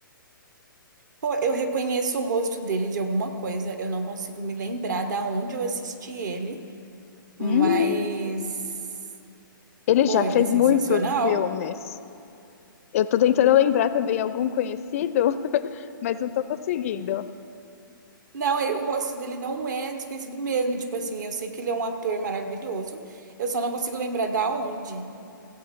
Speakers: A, on the right; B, on the left.
A: Pô, eu reconheço o rosto dele de alguma coisa, eu não consigo me lembrar da onde eu assisti ele, mas.
B: Hum, ele
A: Pô,
B: já
A: ele
B: fez
A: é sensacional.
B: muitos filmes. Eu tô tentando lembrar também algum conhecido, <laughs> mas não tô conseguindo.
A: Não, ele- o rosto dele não é desconhecido mesmo. e, Tipo assim, eu sei que ele é um ator maravilhoso, eu só não consigo lembrar da onde.